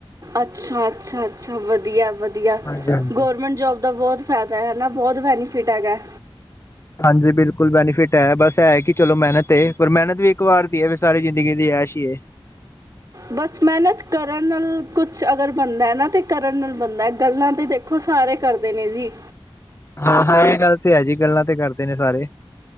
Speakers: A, on the right; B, on the left.
A: ਅੱਛਾ- ਅੱਛਾ- ਅੱਛਾ, ਵਧੀਆ -ਵਧੀਆ
B: ਹਾਂਜੀ ਹਾਂਜੀ
A: ਗੌਰਮੈਂਟ ਜੋਬ ਦਾ ਬੋਤ ਫੈਦਾ ਹੈ ਨਾ ਬੋਤ ਬੈਨੀਫਿਟ ਹੈਗਾ।
B: ਹਾਂਜੀ ਬਿਲਕੁਲ ਬੈਨੀਫਿਟ ਹੈ ਬਸ ਐ ਕਿ ਚਲੋ ਮੈਨਤ ਏ ਪਰ ਮੈਹਨਤ ਵੀ ਇੱਕ ਵਾਰ ਦੀ ਐ ਵੀ ਸਾਰੀ ਜ਼ਿੰਦਗੀ ਦੀ ਐਸ਼ ਈ ਏ
A: ਬਸ ਮੇਨਤ ਕਰਨ ਨਾਲ ਕੁਛ ਅਗਰ ਬਣਦਾ ਹੈ ਨਾ ਤੇ ਕਰਨ ਨਾਲ ਬਣਦਾ ਗੱਲਾਂ ਤੇ ਦੇ ਖੋ ਸਾਰੇ ਕਰਦੇ ਨੇ ਜੀ।
B: ਹਾਂ -ਹਾਂ ਐ ਗੱਲ ਤੇ ਹੈ ਜੀ ਗੱਲਾਂ ਤੇ ਕਰਦੇ ਨੇ ਸਾਰੇ।